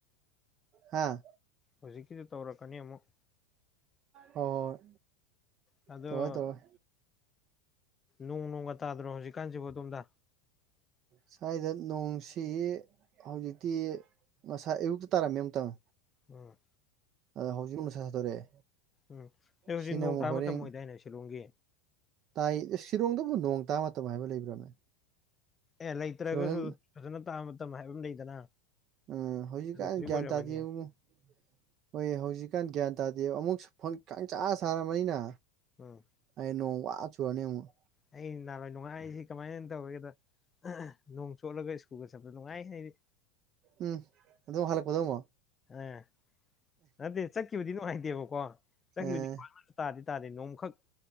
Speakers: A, on the right (about 45°); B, on the left (about 20°).
A: ꯍꯥꯥ
B: ꯍꯧꯖꯤꯛꯀꯤꯗꯣ ꯇꯧꯔꯛꯀꯅꯤ ꯑꯃꯨꯛ
A: ꯍꯣꯏ
B: ꯑꯗꯣ
A: ꯇꯧꯔꯣꯏ ꯇꯧꯔꯣꯏ
B: ꯅꯣꯡ ꯅꯣꯡꯒ ꯇꯥꯗ꯭ꯔꯣ ꯍꯧꯖꯤꯛꯀꯥꯟꯁꯤꯕꯨ ꯑꯗꯣꯝꯗ
A: ꯁ꯭ꯋꯥꯏꯗ ꯅꯣꯡꯁꯤ ꯍꯧꯖꯤꯛꯇꯤ ꯉꯁꯥꯏ ꯑꯌꯨꯛꯇ ꯇꯥꯔꯝꯃꯦ ꯑꯃꯨꯛꯇꯪ
B: ꯎꯝ
A: ꯑꯗ ꯍꯧꯖꯤꯛ ꯅꯨꯁꯥ ꯁꯥꯗꯣꯔꯛꯑꯦ
B: ꯎꯝ ꯑꯩ ꯍꯧꯖꯤꯛ
A: ꯁꯤꯅ
B: ꯅꯣꯡ
A: ꯑꯃꯨꯛ
B: ꯇꯥ
A: ꯍꯣꯔꯦꯟ
B: ꯃꯇꯝ ꯑꯣꯏꯗꯥꯏꯅꯦ ꯁꯤꯂꯣꯡꯒꯤ
A: ꯇꯥꯏ ꯁꯤꯔꯣꯡꯗꯕꯨ ꯅꯣꯡ ꯇꯥ ꯃꯇꯝ ꯍꯥꯏꯕ ꯂꯩꯕ꯭ꯔꯥꯅꯦ
B: ꯑꯦ ꯂꯩꯇ꯭ꯔꯒꯁꯨ
A: ꯁꯤꯂꯣꯡꯗ
B: ꯐꯖꯅ ꯇꯥꯕ ꯃꯇꯝ ꯍꯥꯏꯕ ꯑꯃ ꯂꯩꯗꯅ
A: ꯎꯝ ꯍꯧꯖꯤꯛꯀꯥꯟ
B: ꯑꯗꯨ ꯍꯧꯖꯤꯛ
A: ꯒ꯭ꯌꯥꯟ
B: ꯑꯣꯏꯔꯝꯃꯅꯤ
A: ꯇꯥꯗꯦꯉꯣ ꯍꯣꯏ ꯍꯧꯖꯤꯛꯀꯥꯟ ꯒ꯭ꯌꯥꯟ ꯇꯗꯦ ꯑꯃꯨꯛ ꯐꯡ ꯀꯪꯆꯥ ꯁꯥꯔꯃꯅꯤꯅ
B: ꯎꯝ
A: ꯑꯩ ꯅꯣꯡ ꯋꯥ ꯆꯨꯔꯅꯤ ꯑꯃꯨꯛ
B: ꯑꯩ ꯅꯍꯥꯟꯋꯥꯏ ꯅꯨꯡꯉꯥꯏꯔꯤꯁꯤ ꯀꯃꯥꯏꯅ ꯇꯧꯒꯦꯗ ꯅꯣꯡ ꯆꯣꯠꯂꯒ ꯁ꯭ꯀꯨꯜꯒ ꯆꯠꯄꯗꯣ ꯅꯨꯡꯉꯥꯏ ꯑꯩꯗꯤ
A: ꯎꯝ ꯑꯗꯣ ꯍꯜꯂꯛꯄꯗꯣ ꯑꯃꯨꯛ
B: ꯑꯦ ꯅꯠꯇꯦ ꯆꯠꯈꯤꯕꯗꯤ ꯅꯨꯡꯉꯥꯏꯇꯦꯕꯀꯣ ꯆꯠꯈꯤꯕꯗꯤ
A: ꯑꯥ
B: ꯄꯛꯅꯁꯨ ꯇꯗꯦ ꯇꯗꯦ ꯅꯣꯡꯃꯈꯛ